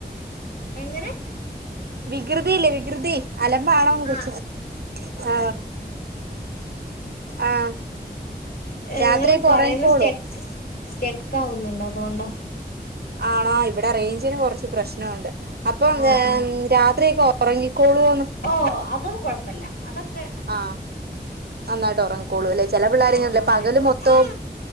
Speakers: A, on the left; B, on the right.
A: എങ്ങനെ?
B: വികൃതിയില്ലേ വികൃതി അലമ്പാണോന്ന് കൊച്ചു
A: ആഹ്
B: ആഹ് ആഹ്
A: ഇങ്ങള്
B: രാത്രിയൊക്കെ
A: പറയുന്ന
B: ഉറങ്ങിക്കോളോ
A: സ്റ്റെക്ക് സ്റ്റെക്കാവുന്നുണ്ട് അതുകൊണ്ടാ
B: ആണോ ഇവിടെ റേഞ്ചിന് കൊറച്ച് പ്രശ്നോണ്ട് അപ്പം
A: ആഹ് ആഹ്
B: രാത്രിയൊക്കെ ഉറങ്ങിക്കോളൂന്ന്.
A: ഓ അതൊന്നും കൊഴപ്പല്ല അതൊക്കെ
B: ആഹ് നന്നായിട്ട് ഉറങ്ങ് ക്കോളൂല്ലേ ചെല പിള്ളേരങ്ങല്ല
A: ഓ നന്നായിട്ട്
B: പകല്
A: ഉറങ്ങും
B: മൊത്തോം